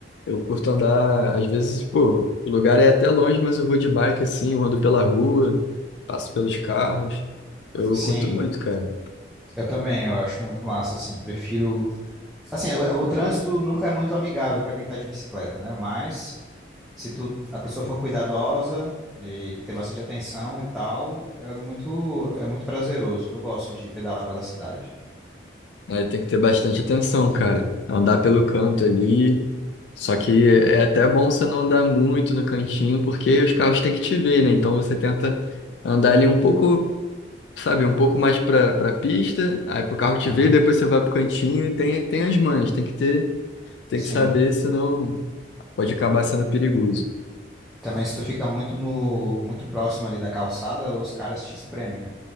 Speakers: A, on the left; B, in the centre.
A: Eu curto andar, às vezes, pô, o lugar é até longe, mas eu vou de bike assim, eu ando pela rua, passo pelos carros. Eu
B: sim.
A: curto muito, cara.
B: Eu também, eu acho muito massa, assim. Prefiro. Assim, o, o trânsito nunca é muito amigável para quem tá de bicicleta, né? Mas se tu, a pessoa for cuidadosa e ter bastante atenção e tal, é muito, é muito prazeroso. Eu gosto de pedalar pela cidade.
A: É, tem que ter bastante atenção, cara. Andar pelo canto ali. Só que é até bom você não andar muito no cantinho, porque os carros têm que te ver, né? Então você tenta andar ali um pouco, sabe, um pouco mais pra, pra pista, aí pro carro te
B: Aham.
A: ver, depois você vai pro cantinho e tem, tem as mães, tem que ter. Tem
B: Sim.
A: que saber, senão pode acabar sendo perigoso.
B: Também se tu fica muito no, muito próximo ali da calçada, os caras te espremem, né?